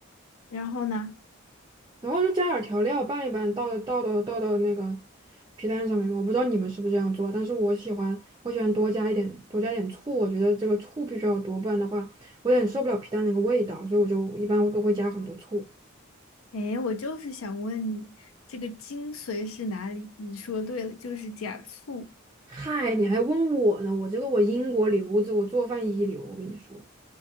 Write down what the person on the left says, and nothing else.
然后呢？
哎，我就是想问你，这个精髓是哪里？你说对了，就是假醋。